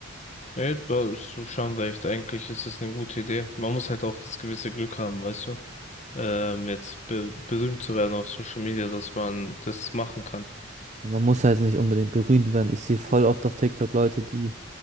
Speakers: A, on the left; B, on the right.
A: Nee, da ist du schon recht. Eigentlich ist das eine gute Idee. Man muss halt auch das gewisse Glück haben, weißt du? Ähm, jetzt be berühmt zu werden auf Social Media, dass man das machen kann.
B: Ja, Man muss halt nicht unbedingt berühmt werden. Ich sehe voll oft auf TikTok Leute, die